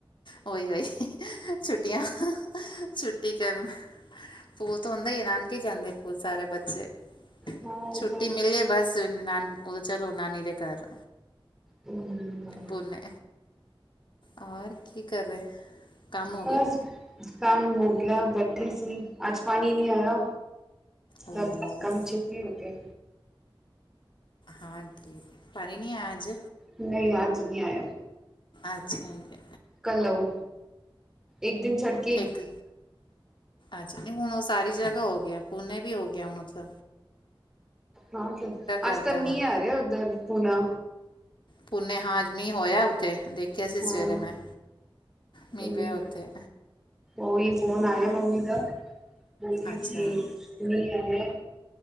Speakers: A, on the left; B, in the centre.
A: ਓਈ ਈ ਛੁੱਟੀਆਂ ਛੁੱਟੀ ਕਰਨ ਪੂ ਤੋਂ ਹੁੰਦਾ ਹੀ ਨਾਨਕੇ ਜਾਂਦੇ ਪੂ ਸਾਰੇ ਬੱਚੇ।
B: ਹਾਂ
A: ਛੁੱਟੀ
B: ਉਹ ਤਾਂ
A: ਮਿਲੇ ਬਸ ਨਾਨ ਉਹ ਚਲੋ ਨਾਨੀ ਦੇ ਘਰ।
B: ਬ
A: ਪੁਨੇ
B: <unintelligible>
A: ਔਰ ਕੀ ਕਰ ਰਹੇ। ਕੰਮ ਹੋ
B: ਬਸ
A: ਗਿਆ
B: ਕੰਮ ਹੋ ਗਿਆ ਬੈਠੇ ਸੀ ਅੱਜ ਪਾਣੀ ਨਹੀ ਆਇਆ।
A: ਉਹ
B: ਮਬ ਕਮ ਛੇਤੀ ਹੋ ਗਿਆ।
A: ਹਾਂਜੀ ਪਾਣੀ ਨੀ ਆ ਅੱਜ।
B: ਨਹੀਂ ਅੱਜ ਨਹੀਂ ਆਇਆ
A: ਅੱਛਾ ਜੀ।
B: ਕ ਲਊ ਇੱਕ ਦਿਨ ਛਟ
A: ਇੱਕ ਅੱਛਾ ਨਹੀਂ ਹੁਣ ਉਹ ਸਾਰੀ ਜਗ੍ਹਾ ਹੋ ਗਿਆ। ਪੂਨੇ ਵੀ ਹੋ ਗਿਆ ਹੁਣ ਉੱਥੇ।
B: ਹਾਂ
A: ਕਰਤਾ
B: ਅਜ ਤਾਂ ਮੀਂਹ
A: ਹੁਣ
B: ਆ ਰਿਹਾ ਉਧਰ ਪੁਣਾ।
A: ਪੁੰਨੇ ਹਾਂ ਅੱਜ ਮੀਂਹ ਹੋਇਆ ਉੱਥੇ ਦੇਖ ਕਿਹਾ ਸੀ ਸਵੇਰੇ
B: ਹਾਂ
A: ਮੈਂ ਮੀਂਹ
B: ਉਹੀ
A: ਪਿਆ ਉੱਥੇ।
B: ਉਹੀ ਫੋਨ ਆਇਆ ਮੰਮੀ ਦਾ ਕਹਿੰਦੇ
A: ਅੱਛਾ
B: ਕਿ ਮੀਂਹ ਆਯਾ